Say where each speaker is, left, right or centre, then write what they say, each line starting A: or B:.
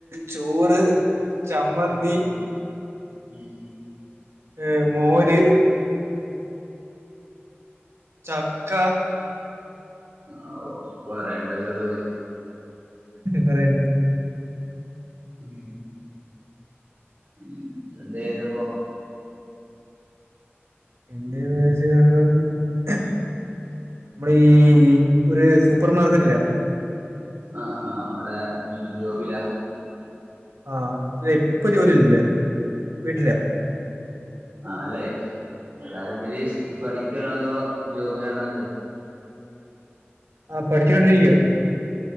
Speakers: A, on the right (about 85°); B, on the right (about 70°).
A: ചോറ് ചമ്മന്തി
B: ഉം ഉം
A: ഏഹ് മോര് ചക്ക
B: ആഹ് കുറേയുണ്ടല്ലോ ഇപ്പൊ ഇത്.
A: കുറേയുണ്ട്.
B: ഉം ഉം എന്ത് ചെയ്യുന്നു ഇപ്പൊ?
A: എന്ത് ചെയ്യുന്നതെന്ന് ചോദിച്ചാൽ ഞാൻ ഇപ്പൊ. നമ്മള് ഈ ഒരു സൂപ്പർ മാർക്കറ്റ് ഇല്ലേ.
B: ആഹ് ആഹ് അവിടെ ജോബിലാ.
A: ആഹ് ഇതേ ഇപ്പൊ ജോലിയിൽ ഇല്ല വീട്ടിലാ.
B: ആഹ് അല്ലേ വേറെ എന്തിര്, പഠിക്കണതോ ജോബിലാണോ വച്ച്.
A: ആഹ് പഠിച്ചുകൊണ്ടിരിക്കുക.